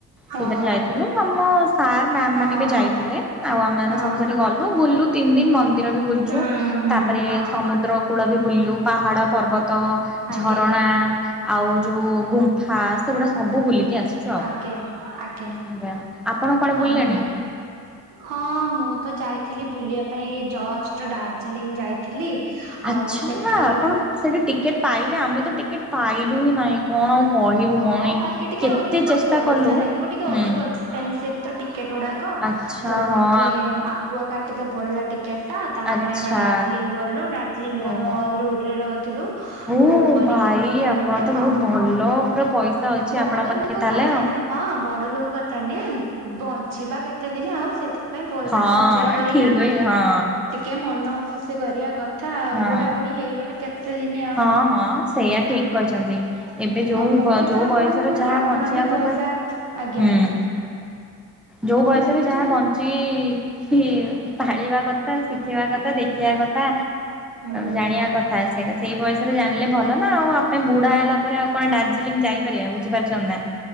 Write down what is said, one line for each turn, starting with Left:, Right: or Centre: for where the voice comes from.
Right: ହଁ
Centre: ସେଥି ଯାଇଥିଲୁ ଆମ ସାର୍ ମ୍ୟାମ୍
Right: ହଁ
Centre: ମାନେ ବି ଯାଇଥିଲେ ଆଉ ଆମେ
Right: ହଁ
Centre: ସବୁ ସେଠି ଗଲୁ ବୁଲୁ ତି ତିନ ଦିନ ମନ୍ଦିର ବି ବୁଲଚୁ
Right: ହୁଁ ହୁଁ
Centre: ତାପରେ
Right: ହଁ।
Centre: ସମୁଦ୍ର କୂଳ ବି ବୁଲିଲୁ ପାହାଡ ପର୍ବତ ତ
Right: ଆଜ୍ଞା
Centre: ଝରଣା ଆଉ ଯୋଉ ଗୁମ୍ଫା ସେଗୁଡା ସବୁ ବୁଲିକି ଆସିଛୁ ଆଉ
Right: ଆଜ୍ଞା ଆଜ୍ଞା
Centre: ଆଜ୍ଞା ଆପଣ କୁଆଡେ ବୁଲିଲେଣି?
Right: ଆହୁରି ହଁ ମୁଁ ତ ଯାଇଥିଲି ବୁଲିବା ପାଇଁ ଜଷ୍ଟ ଦାର୍ଜିଲିଂ ଯାଇଥିଲି
Centre: ଆଚ୍ଛା
Right: ଆଉ ସେଠି
Centre: ଆପଣ ସେଠି ଟିକେଟ ପାଇଲେ ଆମେ ତ ଟିକେଟ ପାଇଲୁ ହିଁ ନାହିଁ କଣ ଆଉ କହିବୁ
Right: ହଁ
Centre: ଭଉଣୀ
Right: ବାକି ଟିକେ
Centre: କେତେ
Right: ଅଧିକ
Centre: ଚେଷ୍ଟା
Right: ପଇସା
Centre: କଲୁ
Right: ଲାଗିବ ଟିକେ
Centre: ହୁଁ
Right: ଅଧିକ ଏକ୍ସପେନସିଭ ତ ଟିକେଟ ଗୁଡାକ।
Centre: ଆଚ୍ଛା
Right: ତ
Centre: ହଁ
Right: ଟିକେ ଆଗୁଆ କାଟିତେ ବଢିଲା ଟିକେ ଟ ଟା ତାପରେ
Centre: ଆଚ୍ଛା
Right: ଆମେ ଦଡାର୍ଜିଲିଂ ଗଲୁ ଡାର୍ଜିଲିଂ ର
Centre: ଓହୋ
Right: ମଲ ରୋଡରେ ରହୁଥିଲୁ
Centre: ଓ
Right: ବୋକ୍ କରିକି
Centre: ଭାଇ
Right: ହୋଟେଲ
Centre: ଆପଣ
Right: ଗୋଟେ
Centre: ତ
Right: ହଁ।
Centre: ବହୁତ ଭଲ ପୁରା ପଇସା ଅଛି
Right: ବଡ
Centre: ଆପଣଙ୍କ ପାଖେ
Right: ଲୋକ
Centre: ତାହେଲେ
Right: କଥା
Centre: ଆଉ।
Right: ନୁହଁ ବଡ ଲୋକ କଥା ନାଇଁ ବ ଯିବା କେତେ ଦିନ ଆଉ ସେଥିପାଇଁ ପଇସା
Centre: ହଁ
Right: ସଞ୍ଚୟ କରିକି
Centre: ଠିକ ବି ହଁ
Right: ଟିକେ ମନ ଖୁସି କରିବା କ ଥା ଆଉ
Centre: ହଁ
Right: ବୁଢାବୁଢୀ ହେଇଗଲେ କେତେ ଦିନି ଆଉ।
Centre: ହଁ ମ ସେଇଆ ଠିକ
Right: <inaudible>
Centre: କହିଛନ୍ତି ଏବେ ଯୋଉ
Right: ଆ ମୁଁ ବି
Centre: ଯୋଉ
Right: ତ ଆପଣଙ୍କୁ
Centre: ବୟସରେ
Right: କୁହେ
Centre: ଯାହା
Right: ଯେ ଆପଣ
Centre: ବଞ୍ଚିବା
Right: ବି
Centre: କଥା
Right: ପଇସା ଆଜ୍ଞା।
Centre: ହୁଁ। ଯୋଉ
Right: ମୁଁ
Centre: ବୟସରେ
Right: ବି କହୁଛି
Centre: ଯାହା ବଞ୍ଚିକି କି ତାଳିବା କଥା ଶି ଶଖିବା କଥା ଦେଖିବା କଥା
Right: ହୁଁ।
Centre: ଜାଣିବା କଥା ସେଇଟା ସେଇ ବୟସରେ ଜାଣିଲେ ଭଲ ନା ନା ଆଉ ଆପେ ବୁଢା ହେଲା ପରେ ଆଉ କଣ ଡାର୍ଜିଲିଂ ଯାଇପାରିବା ବୁଝିପାରୁଚନ୍ତି ନା।